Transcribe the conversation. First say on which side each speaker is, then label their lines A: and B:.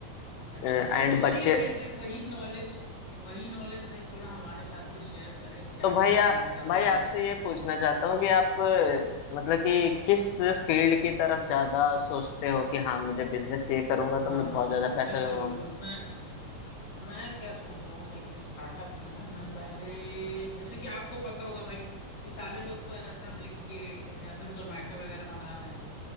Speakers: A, on the left; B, on the left.
A: अच्छा
B: एंड
A: अच्छा तो
B: बच्चे
A: वही वही वही वही नॉलेज वही नॉलेज भाई थोड़ा हमारे साथ भी शेयर करें क्या
B: तो भाई
A: कुछ
B: आ,
A: सीन था
B: भाई
A: उस दिन
B: आपसे ये पूछना चाहता हूँ कि आप अ, मतलब कि किस फील्ड की तरफ ज्यादा सोचते हो कि हाँ मुझे बिजनेस ये करूंगा तो
A: हाँ
B: मैं बहुत
A: हाँ
B: ज्यादा
A: हाँ
B: पैसा
A: बिल्कुल
B: कमाऊंगा
A: बिल्कुल मैं मैं क्या सोच रहा हूँ लाइक स्टार्टअप में ना मैं पहले जैसे कि आपको पता होगा भाई कि सारे लोग तो ऐसा ब्लिंकिट या फिर जोमेटो वगैरह बना रहे हैं